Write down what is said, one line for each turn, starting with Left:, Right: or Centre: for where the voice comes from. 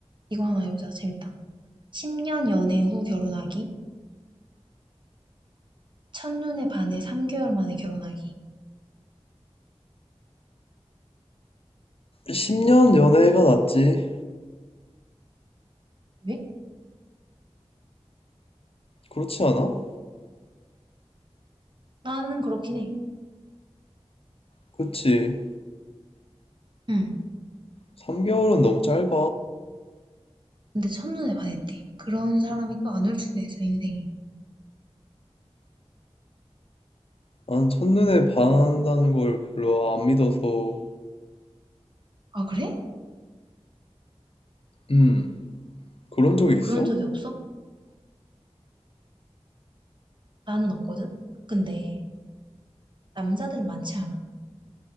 Right: 이거 하나 해보자. 재밌다. 10년 연애 후 결혼하기. 첫눈에 반해 3개월 만에 결혼하기.
Left: 10년 연애가 낫지.
Right: 왜?
Left: 그렇지 않아?
Right: 나는 그렇긴 해.
Left: 그치.
Right: 응.
Left: 3개월은 너무 짧아.
Right: 근데 첫눈에 반했대. 그런 사람이 또 안 올 수도 있어, 인생이.
Left: 난 첫눈에 반한다는 걸 별로 안 믿어서.
Right: 아, 그래?
Left: 음, 그런 적이 있어?
Right: 그런 적이 없어? 나는 없거든? 근데 남자들 많지 않아?